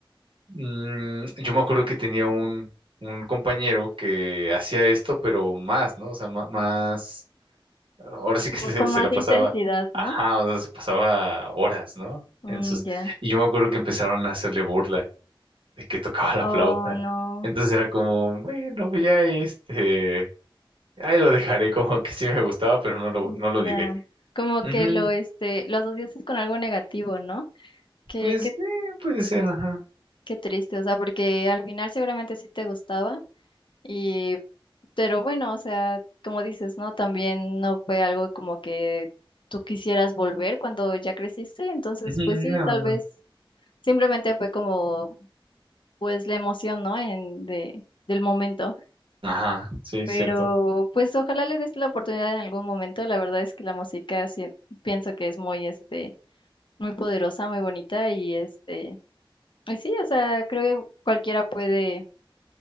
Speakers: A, on the right; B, on the left.
A: mm, yo me acuerdo que tenía un, un compañero que hacía esto, pero más, ¿no? O sea, ma- más Ahora sí que
B: Como
A: se,
B: con
A: se
B: más
A: la pasaba,
B: intensidad,
A: ajá,
B: ¿no?
A: o sea, se pasaba horas, ¿no?
B: Mm,
A: En sus,
B: ya.
A: y yo me acuerdo que empezaron a hacerle burla de que tocaba la
B: Oh,
A: flauta.
B: no.
A: Entonces era como, bueno, pues ya este, ahí lo dejaré como que sí me gustaba, pero no lo,
B: Mm,
A: no lo
B: Ya.
A: diré.
B: Como
A: Ujú,
B: que lo, este, lo asociaste con algo negativo, ¿no? Qué,
A: pues,
B: qué,
A: eh, puede ser, ajá.
B: qué triste. O sea, porque al final seguramente sí te gustaba. Y Pero bueno, o sea, como dices, ¿no? También no fue algo como que tú quisieras volver cuando ya creciste, entonces
A: Ujú,
B: pues
A: no.
B: sí, tal
A: no,
B: vez
A: no".
B: simplemente fue como pues la emoción, ¿no? En de del momento.
A: Ajá, sí,
B: Pero
A: cierto,
B: pues ojalá le des la oportunidad en algún momento. La verdad es que la música sí- pienso que es muy este muy poderosa, muy bonita y este y sí, o sea, creo que cualquiera puede